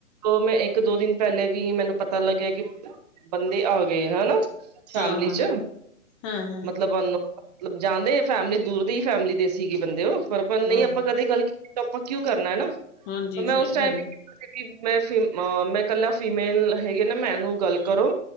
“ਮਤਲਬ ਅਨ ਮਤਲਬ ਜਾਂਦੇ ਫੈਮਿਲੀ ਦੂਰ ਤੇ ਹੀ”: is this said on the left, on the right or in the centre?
Right